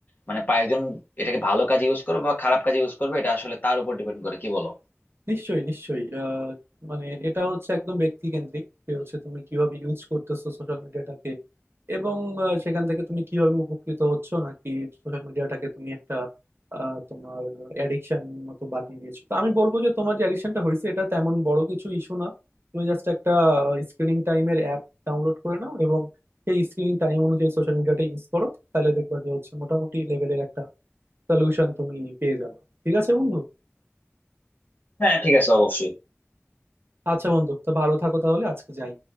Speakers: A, on the left; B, on the right.
A: মানে পা- একজন এটাকে ভালো কাজে ইউজ করবে বা খারাপ কাজে ইউজ করবে এটা আসলে তার উপর ডিপেন্ড করে কি বলো
B: নিশ্চয়ই নিশ্চয়ই আহ, মানে এটা হচ্ছে একদম ব্যক্তিকেন্দ্রিক যে হচ্ছে তুমি কিভাবে ইউজ করতেছো সোশ্যাল মিডিয়াটাকে এবং আহ, সেখান থেকে তুমি কিভাবে উপকৃত হচ্ছ নাকি সোশ্যাল মিডিয়াটাকে তুমি একটা আহ, তোমার অ্যাডিকশন মতো বানিয়ে দিয়েছো তো আমি বলবো যে তোমার যে অ্যাডিকশনটা হয়েছে এটা তেমন বড় কিছু ইস্যু না তুমি জাস্ট একটা স্ক্রিনিং টাইমের অ্যাপ ডাউনলোড করে নাও এবং সেই স্ক্রিনিং টাইম অনুযায়ী সোশ্যাল মিডিয়াটা ইউজ করো তাহলে দেখবা যে হচ্ছে মোটামুটি লেভেলের একটা সলিউশন তুমি পেয়ে যাবে ঠিক আছে বন্ধু
A: হ্যাঁ ঠিক আছে অবশ্যই
B: আচ্ছা বন্ধু তো ভালো থাকো তাহলে আজকে যাই